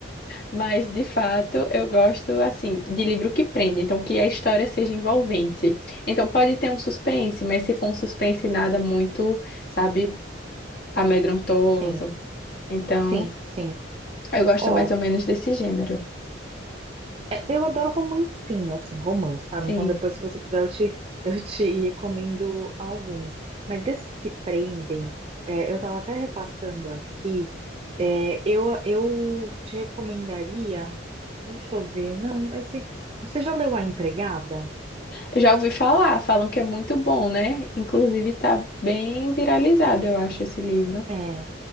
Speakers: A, on the left; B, on the right.
A: Mas, de fato, eu gosto, assim, de livro que prende, então que a história seja envolvente. Então, pode ter um suspense, mas se for um suspense nada muito, sabe, amedrontoso.
B: Sim,
A: Então,
B: sim, sim.
A: eu gosto
B: Ó,
A: mais ou menos desse gênero.
B: é- eu adoro romancinho, assim, romance, sabe?
A: Sim.
B: Então depois, se você quiser, eu te, eu te <laughs> recomendo alguns. Mas desses que prendem, é, eu tava até repassando aqui, é, eu, eu te recomendaria. Deixa eu ver, não, assim, você já leu A Empregada?
A: Eu já ouvi falar, falam que é muito bom, né? Inclusive, tá bem viralizado, eu acho, esse livro.
B: É.